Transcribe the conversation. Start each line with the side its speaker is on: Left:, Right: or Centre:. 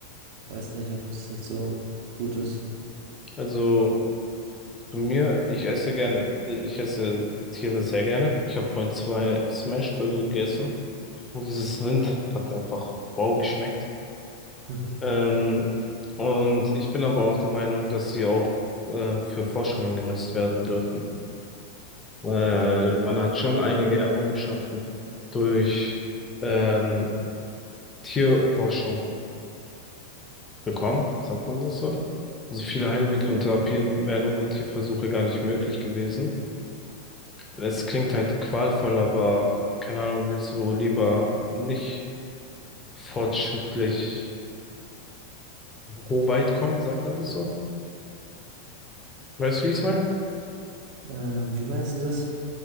Right: weiß nicht, ob das jetzt so gut ist.
Left: Also Zu mir, ich esse gerne, äh, ich esse Tiere sehr gerne. Ich habe vorhin zwei Smashburger gegessen und dieses Rind hat einfach wow geschmeckt.
Right: Hm.
Left: Ähm, und ich bin aber auch der Meinung, dass sie auch ähm, für Forschungen genutzt werden dürfen, weil man hat schon einige Errungenschaften durch ähm, Tierforschung bekommen, sagt man das so? Also viele Heilmittel und Therapien wären ohne Tierversuche gar nicht möglich gewesen. Es klingt halt qualvoll, aber keine Ahnung, willst du lieber nicht fortschrittlich ho- weit kommen, sagt man das so? Weißt du, wie ich es meine?
Right: Ähm, wie meinst du das?